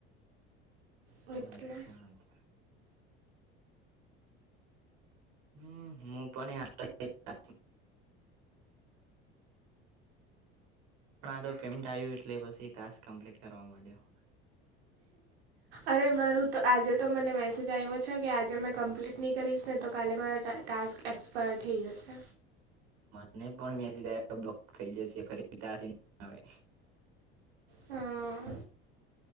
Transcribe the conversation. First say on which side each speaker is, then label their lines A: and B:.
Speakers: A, on the right; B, on the right.
A: હો
B: અચ્છા
A: તલે
B: અચ્છા હ મોફને અ પણ આ તો પેમેન્ટ આવ્યું એટલે પછી ટાકસ કમ્પ્લીટ કરવા માંડ્યો
A: અરે મારું તો આજે તો મને મે સજા એવો છે. કે આજેં કમ્પ્લીટ નહીં કરીશ ને તો કાલે મારા ટાસ્ક એક્સપાયર થઈ જશે
B: મને પણ મેસેજ આવ્યો બધ થઈ જશે ફરી નહી આવે.
A: હા